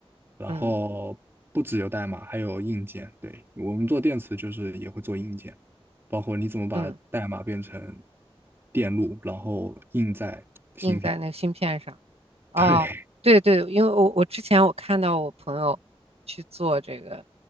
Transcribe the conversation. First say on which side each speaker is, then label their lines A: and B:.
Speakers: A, on the right; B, on the right.
A: 然后不只有代码，
B: 嗯
A: 还有硬件。对，我们做电池就是也会做硬件，包括你怎么把代码变成
B: 嗯，
A: 电路，然后印在。<laughs>
B: 印在那个芯片上哦，
A: 对
B: 对对，因为我我之前我看到我朋友去做这个，